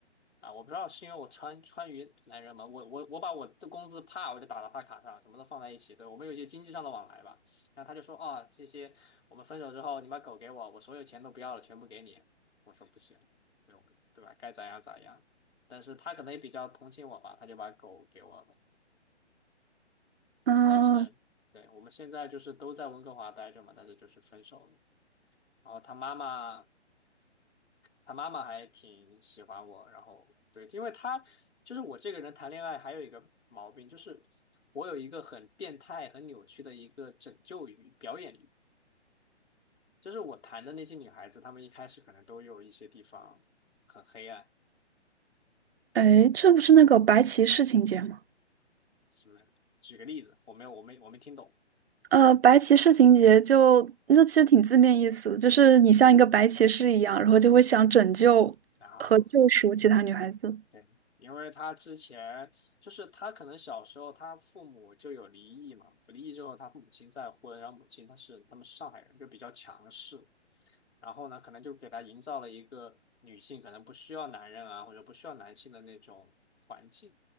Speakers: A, on the left (about 70°); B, on the right (about 60°).
A: 啊，我不知道是因为我川川渝男人嘛，我我我把我的工资啪我就打到他卡上，什么都放在一起，对，我们有一些经济上的往来吧。然后他就说啊，这些我们分手之后，你把狗给我，我所有钱都不要了，全部给你。我说不行，对我们对吧？该咋样咋样。但是他可能也比较同情我吧，他就把狗给我了。
B: 啊？
A: 但是对我们现在就是都在温哥华待着嘛，但是就是分手了。然后他妈妈，他妈妈还挺喜欢我，然后对，因为他就是我这个人谈恋爱还有一个毛病，就是我有一个很变态、很扭曲的一个拯救欲、表演欲，就是我谈的那些女孩子，她们一开始可能都有一些地方很黑暗，
B: 哎，这不是那个白骑士情节吗？
A: 什么？举个例子，我没有，我没我没听懂
B: 呃，白骑士情节就那其实挺字面意思，就是你像一个白骑士一样，然后就会想拯救和救赎其他女孩子。
A: 啊。对，因为他之前就是他可能小时候他父母就有离异嘛，离异之后他母亲再婚，然后母亲她是他们是上海人，就比较强势，然后呢可能就给他营造了一个女性可能不需要男人啊或者不需要男性的那种环境，